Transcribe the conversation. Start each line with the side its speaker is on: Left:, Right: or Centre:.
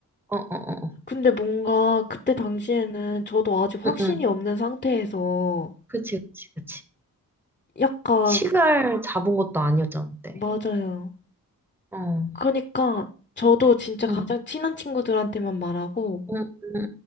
Centre: 어, 어, 어, 어.
Left: 근데 뭔가 그때 당시에는 저도 아직 확신이
Centre: 응, 응.
Left: 없는 상태에서
Centre: 그치, 그치, 그치.
Left: 약간,
Centre: 시간 잡은 것도 아니었잖아, 그때.
Left: 맞아요.
Centre: 어, 응,
Left: 그러니까 저도 진짜 가장
Centre: 응,
Left: 친한 친구들한테만 말하고,
Centre: 응, 응,